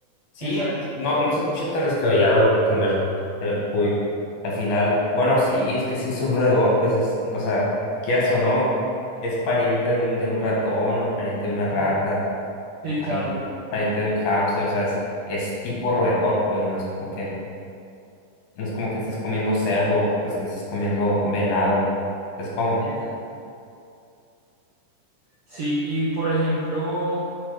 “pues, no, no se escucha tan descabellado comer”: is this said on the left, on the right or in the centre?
Left